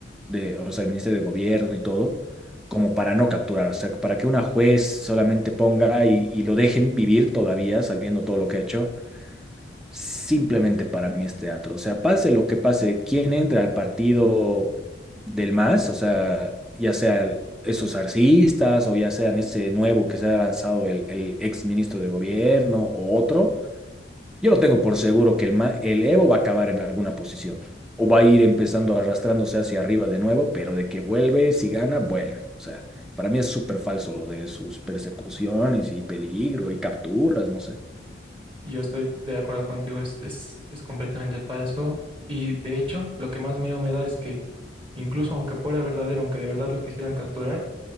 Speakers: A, in the centre; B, on the right (about 30°).
A: de, o sea, el ministerio de gobierno y todo, como para no capturar. O sea, para que una juez solamente ponga y, y lo dejen vivir todavía sabiendo todo lo que ha hecho, simplemente para mí es teatro. O sea, pase lo que pase, quien entre al partido del MAS, o sea, ya sean esos arcistas o ya sean ese nuevo que se ha lanzado el, el ex ministro de gobierno o otro, yo lo tengo por seguro que el, Ma- el Evo va a acabar en alguna posición o va a ir empezando arrastrándose hacia arriba de nuevo, pero de que vuelve, si gana, vuelve. O sea, para mí es súper falso lo de sus persecuciones y peligro y capturas, no sé.
B: Yo estoy de acuerdo contigo, es, es, es completamente falso. Y de hecho, lo que más miedo me da es que, incluso aunque fuera verdadero, aunque de verdad lo quisieran capturar,